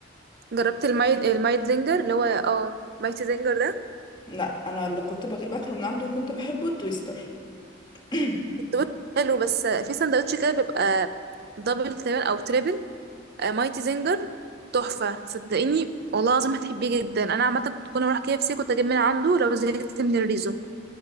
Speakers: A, on the right (about 55°); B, on the left (about 25°).
A: جربت المايد المايد زنجر اللي هو اه مايت زنجر ده
B: لا انا اللي كنت باك- باكله من عنده وكنت بحبه التويستر <clears throat>
A: التوست حلو بس في سندوتش كده بيبقى دبل تقريبا او تريبل آه، مايتي زنجر تحفة صدقيني والله العظيم هتحبيه جدا انا عامة كنت كل ما اروح كي اف سي كنت اجيب من عنده لو زهقت من الريزو